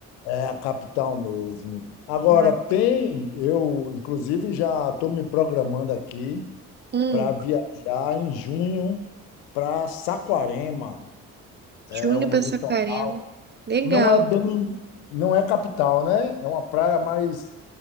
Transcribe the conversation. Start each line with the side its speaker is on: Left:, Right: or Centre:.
Left: é a capital mesmo. Agora
Right: Ah.
Left: tem, eu inclusive já estou me programando aqui
Right: Hum,
Left: para viajar em junho para Saquarema. É
Right: Júnior
Left: um
Right: para
Left: litoral.
Right: Saquarema. Legal.
Left: Não é bem, não é capital, né? É uma praia mais.